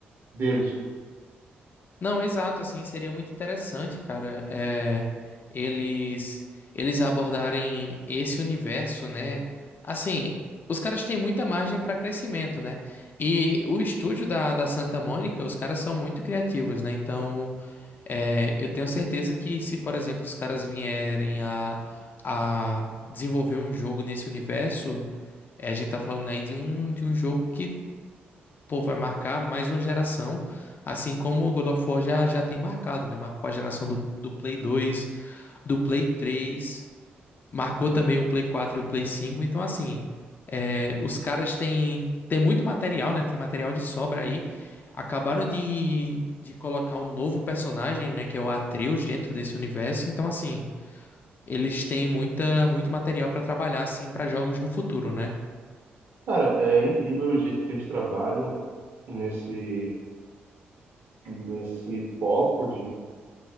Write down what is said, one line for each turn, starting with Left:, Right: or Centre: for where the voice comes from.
Right: deles.
Left: Não, exato, assim, seria muito interessante, cara, é, eles eles abordarem esse universo, né? Assim, os caras têm muita margem para crescimento, né? E o estúdio da, da Santa Mônica, os caras são muito criativos, né? Então, é, eu tenho certeza que se, por exemplo, os caras vierem a, a desenvolver um jogo nesse universo, é, a gente tá falando aí de um, de um jogo que Pô, vai marcar mais uma geração, assim como o God of War já, já tem marcado, né? Marcou a geração do, do Play 2, do Play 3, marcou também o Play 4 e o Play 5. Então, assim, é, os caras têm, têm muito material, né? Tem material de sobra aí. Acabaram de, de colocar um novo personagem, né? Que é o Atreus dentro desse universo. Então, assim, eles têm muita, muito material pra trabalhar, assim, pra jogos no futuro, né?
Right: Cara, é incrível o jeito que eles trabalham nesse, nesse foco